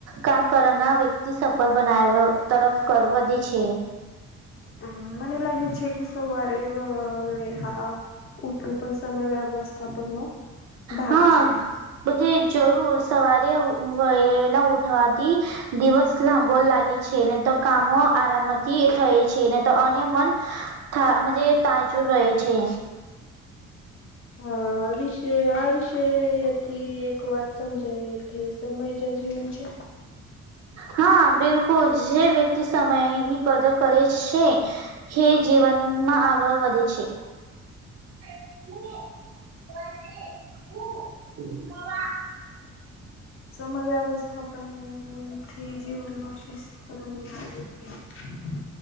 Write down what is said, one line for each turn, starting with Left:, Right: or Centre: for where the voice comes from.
Right: કામ કરના <unintelligible> સફળ બનાવ તરફ કર વધે છે.
Left: હમ મને લાગે છે કે સવારે વ હા ઉઠ કોઈ પણ સમય વ્યવસ્થાપનનો ભાગ
Right: હા
Left: છે.
Right: બધે જરૂર સવારે વહેલા ઉઠવાથી દિવસ લાંબો લાગે છે ને તો કામો આરામથી થાય છેને તો અને મન થા મજે તાજુ રહે છે.
Left: હા આ વિશે આ વિષથી એક વાત સમજાય સમય જ જીવન છે.
Right: હા બિલકુલ જે વ્યક્તિ સમયની કદર કરે છે. હે જીવનમાં આગળ વધે છે. <unintelligible>
Left: સમયવ્યવસ્થા પણ થી જીવનમાં શિસ્ત <unintelligible>